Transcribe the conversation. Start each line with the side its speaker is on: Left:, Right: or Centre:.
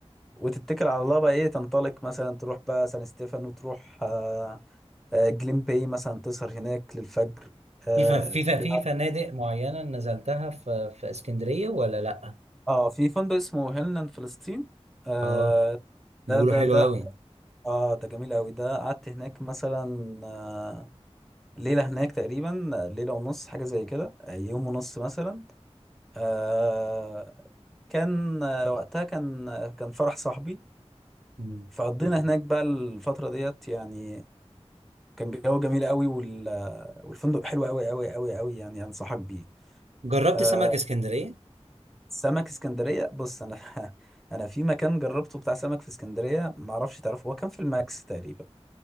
Centre: وتتكل على الله بقى ايه تنطلق مثلا تروح بقى سان ستيفانو تروح آه آه جليم باي مثلا تسهر هناك للفجر آه,
Right: في ف- في ف- في
Centre: لبعد-
Right: فنادق معينة نزلتها في في اسكندرية ولا لأ؟
Centre: اه في فندق اسمه هيلنان فلسطين آه،
Right: اه بيقولوا
Centre: ده ده
Right: حلو
Centre: ده
Right: أوي
Centre: اه ده جميل قوي ده قعدت هناك مثلا آه، ليلة هناك تقريبا آه، ليلة ونص حاجة زي كده آه، يوم ونص مثلا آه، كان آه، وقتها كان آه، كان فرح صاحبي
Right: مم.
Centre: فقضينا هناك بقى الفترة ديت يعني كان جو جميل قوي وال... آه، والفندق حلو قوي قوي قوي قوي يعني انصحك بيه
Right: جربت
Centre: آه،
Right: سمك اسكندرية؟
Centre: سمك اسكندرية بص انا <laughs> انا في مكان جربته بتاع سمك في اسكندرية معرفش تعرفه هو كان في الماكس تقريبا